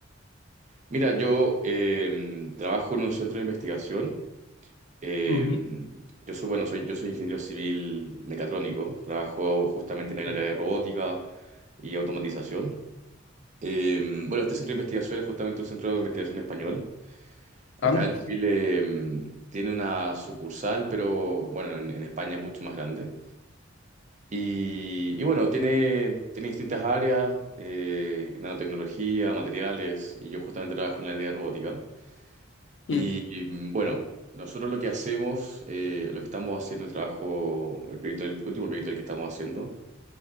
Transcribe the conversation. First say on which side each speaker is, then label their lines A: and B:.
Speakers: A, on the right; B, on the left.
A: Mira, yo em, trabajo en un centro de investigación. Eh,
B: Ujú.
A: yo soy, bueno, soy, yo soy ingeniero civil mecatrónico, trabajo justamente en el
B: Mm.
A: área de robótica y automatización. Eh, bueno, este centro de investigación es justamente un centro de investigación español. Acá
B: Anda.
A: en Chile, eh, tiene una sucursal, pero bueno, en, en España es mucho más grande. Y, y bueno, tiene, tiene distintas áreas, eh, nanotecnología, materiales, y yo justamente trabajo en el área de robótica. Y
B: Mm,
A: y, mm, bueno, nosotros lo que hacemos, eh, lo que estamos haciendo, el trabajo, el proyecto, el último proyecto el que estamos haciendo,